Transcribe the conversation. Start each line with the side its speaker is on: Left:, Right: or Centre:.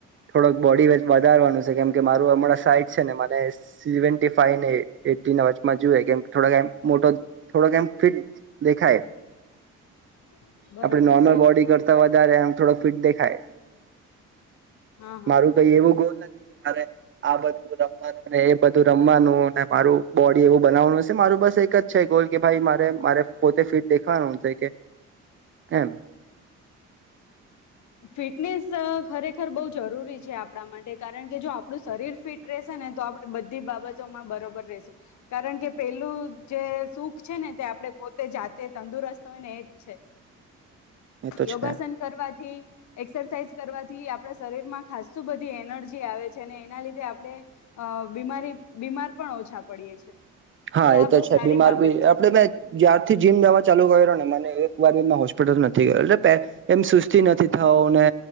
Right: થોડોક બોડી વધારવાનું છે કેમ કે મારું હમણાં સાટ છે ને મ સેવનટીએ વચમાં જોુએ કેમ થોક મોટો થોડા કેમ ફિટ દેખાાય
Left: <inaudible>
Right: આપણે નોર્મલ
Left: છે
Right: બોડી કરતા વધારે એમ થોડો ફિટ દેખાય
Left: હા હા
Right: મારું કઈ એવું ગોલ નથી કે મારે આ બધું રમવાનુંને એ બધું રમવાનુંને મારું બોડી એવું બનાવવાનું હશે મારું બસ એક જ અચ્છ ગોલ કે ભાઈ મારે મારે પોતે ફિટ દેખવાનું થ કે <inaudible>
Left: ફિટનેસ ખરેખર બહુ જરૂરી છે આપણા માટે કારણ કે જો આપણું શરીર ફિટ રશે ને આપણે બધી બાબતોમાં બરોબર રશું કારણ કે પેલું જે સુખ છે ને તે આપણે પોતે જાતે તંદુરસ્ત હોય ને એજ છે
Right: <inaudible> એ તો
Left: યોગાસન
Right: છે
Left: કરવા થી એક્સરસાઇઝ કરવાથી આપણા શરીર માં ખાસતું બધી એનર્જી આવે છે અને એના લીધે આપણે અ બીમારી બીમાર પણ ઓછા પડીએ છે
Right: હા
Left: એટલે
Right: એ
Left: આ
Right: તો
Left: બહુ
Right: છે
Left: સારી
Right: બીમાર
Left: બાબત
Right: બી
Left: છે
Right: આપડે મે જ્યારથી જીમ જવા ચાલુ કર્યો ને મને એક વારીમાં હોસ્પિટલ ન થી ગયો એટલે એમ સુસ્તી નથી થવ ને